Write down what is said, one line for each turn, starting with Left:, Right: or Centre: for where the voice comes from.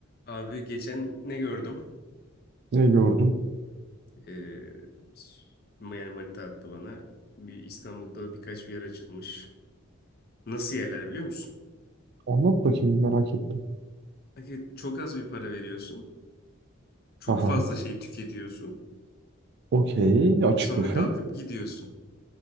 Left: Abi geçen ne gördüm?
Right: Ne gördün?
Left: Ee, yani manita attı bana. Bir İstanbul'da birkaç bir yer açılmış. Nasıl yerler biliyor musun?
Right: Anlat bakayım merak ettim.
Left: Hani çok az bir para veriyorsun. Çok
Right: Aha.
Left: fazla şey tüketiyorsun.
Right: Okey. Açık
Left: Ve sonra
Right: büfe.
Left: kalkıp gidiyorsun.